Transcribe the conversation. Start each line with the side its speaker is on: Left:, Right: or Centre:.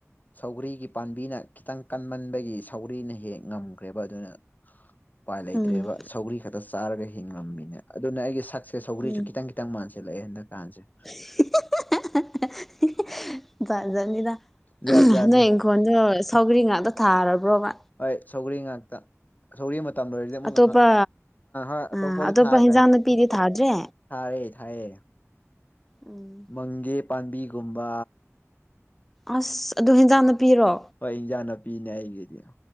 Left: ꯁꯧꯒꯔꯤꯒꯤ ꯄꯥꯝꯕꯤꯅ ꯈꯤꯇꯪ ꯀꯟꯃꯟꯕꯥꯒꯤ ꯁꯧꯒ꯭ꯔꯤꯅ ꯍꯦꯛ ꯉꯝꯈ꯭ꯔꯦꯕꯥ ꯑꯗꯨꯅ <unintelligible> ꯎꯄꯥꯏ ꯂꯩꯇ꯭ꯔꯦꯕ
Centre: ꯎꯝ
Left: ꯁꯧꯒ꯭ꯔꯤ ꯈꯛꯇ ꯆꯥꯔꯒ ꯍꯤꯡꯡꯂꯝꯃꯤꯅꯦ ꯑꯗꯨꯅ ꯑꯩꯒꯤ ꯁꯛꯁꯦ ꯁꯧꯒ꯭ꯔꯤꯁꯨ
Centre: ꯎꯝ
Left: ꯈꯤꯇꯪ ꯈꯤꯇꯪ ꯃꯥꯟꯁꯤꯜꯂꯛꯑꯦ ꯍꯟꯗꯛ ꯀꯥꯟꯁꯦ
Centre: <unintelligible> ꯖꯥꯠ ꯖꯥꯠꯅꯤꯗ
Left: ꯖꯥꯠ ꯖꯥꯠꯅꯤ
Centre: ꯅꯣꯏ ꯍꯤꯡꯒꯣꯟꯗꯣ ꯁꯧꯒ꯭ꯔꯤ ꯉꯥꯛꯇ ꯊꯥꯔꯕ꯭ꯔꯣꯕꯥ
Left: ꯍꯣꯏ ꯁꯧꯒꯔꯤ ꯉꯥꯛꯇꯥ ꯁꯣꯔꯤ ꯃꯇꯝ ꯂꯣꯏꯔꯗꯤ ꯑꯃꯨꯛ
Centre: ꯑꯇꯣꯞꯄ
Left: ꯑ ꯑꯇꯣꯞꯄꯗꯤ
Centre: ꯑꯥ ꯑꯇꯣꯞꯄ
Left: ꯊꯥꯈ꯭ꯔꯦ
Centre: ꯍꯦꯟꯖꯥꯡ ꯅꯥꯄꯤꯗꯤ ꯊꯥꯗ꯭ꯔꯦ
Left: ꯊꯥꯔꯦ ꯊꯥꯏꯌꯦ
Centre: ꯎꯝ
Left: ꯃꯪꯒꯦ ꯄꯥꯝꯕꯤꯒꯨꯝꯕ
Centre: ꯑꯁ ꯑꯗꯨ ꯍꯦꯟꯖꯥꯡ ꯅꯥꯄꯤꯔꯣ
Left: ꯍꯣꯏ ꯏꯟꯖꯥꯡ ꯅꯥꯄꯤꯅꯦ ꯑꯩꯒꯤꯗꯤ